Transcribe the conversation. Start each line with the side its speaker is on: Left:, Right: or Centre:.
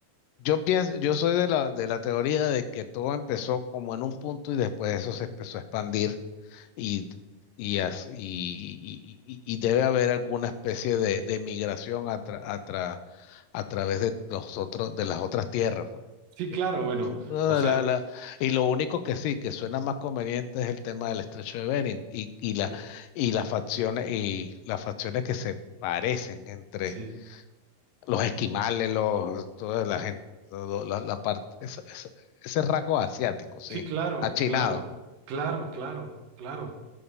Left: yo pienso, yo soy de la, de la teoría de que todo empezó como en un punto y después eso se empezó a expandir y, y, as- y, y- y- y debe haber alguna especie de, de migración a, tra- a, tra- a través de los otros, de las otras tierras, pues.
Right: Sí, claro,
Left: Yo-
Right: bueno,
Left: no,
Right: o sea,
Left: la- la- y lo único que sí, que suena más conveniente es el tema del estrecho de Bering y, y,
Right: sí,
Left: la, y las facciones, y las facciones que se parecen entre
Right: sí,
Left: los esquimales, los, toda la gente, todo- la, la parte, esa- esa- ese rasgo asiático, sí,
Right: sí, claro,
Left: achinado.
Right: claro, claro, claro, claro.